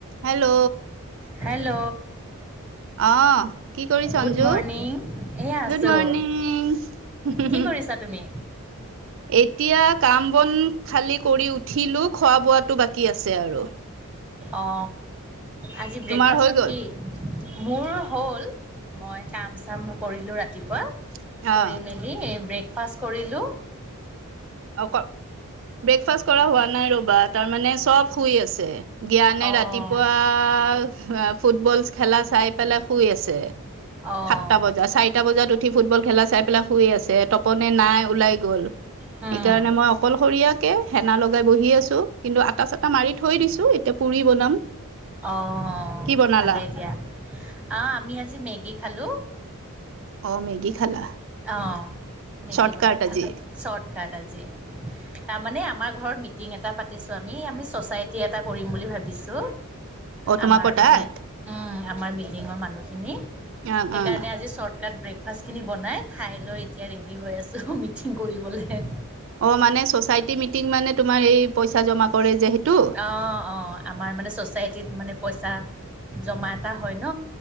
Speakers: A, on the right (about 60°); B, in the centre.
A: Hello
B: hello
A: অহ কি কৰি সঞ্জু
B: গুড মৰ্ণিং এয়া আছোঁ
A: গুড মৰ্নিং হু
B: কি
A: হু
B: কৰিছা তুমি
A: এতিয়া কাম বন খালী কৰি উঠিলো খোৱা বোৱাটো বাকী আছে আৰু
B: অ আজি ব্ৰেকফাষ্টত
A: তোমাৰ হৈ গ'ল
B: কি মোৰ হ'ল মই কাম চাম কৰিলো ৰাতিপুৱা
A: অ
B: কৰি মেলি ব্ৰেকফাষ্ট কৰিলো
A: অ'ক ব্ৰেকফাষ্ট কৰা হোৱা নাই ৰ'বা তাৰ মানে চব শুই আছে জ্ঞানে
B: অঁ
A: ৰাতিপুৱা, ফুটবল খেলা চাই পেলাই শুই আছে।
B: অঁ
A: সাতটা বজাত, চাৰিটা বজাত উঠি ফুটবল খেলা চাই পেলাই শুই আছে তপনে নাই ওলাই গ'ল।
B: হুম
A: সেইকাৰণে মই অকলশৰীয়াকে হেনা লগাই বহি আছো। কিন্তু আটা চাটা মাৰি থৈ দিছো। এতিয়া পুৰি বনাম।
B: অ'
A: কি বনালা?
B: ভালেই দিয়া। আহ আমি আজি মেগী খালো।
A: অ' মেগী খালা।
B: অ মেগী
A: চৰ্টকাট
B: বনাই খালো।
A: আজি।
B: চৰ্টকাট আজি। তাৰ মানে আমাৰ ঘৰত মিটিং এটা পাতিছো আমি, আমি চচাইটি এটা কৰিম বুলি ভাবিছো।
A: অ' তোমাকৰ
B: আমাৰ
A: তাত?
B: মানে, উম আমাৰ বিল্ডিঙৰ মানুহখিনি
A: অ'
B: সেইকাৰণে
A: অ'।
B: আজি চৰ্টকাট ব্ৰেকফাষ্টখিনি বনাই খাইলৈ এতিয়া ৰেডি হৈ আছো মিটিং কৰিবলে।
A: অ' মানে চচাইটি মিটিং মানে তোমাৰ এই পইচা জমা কৰে যে সেইটো?
B: অ অ আমাৰ মানে চ'চাইটিত মানে পইচা জমা এটা হয় ন,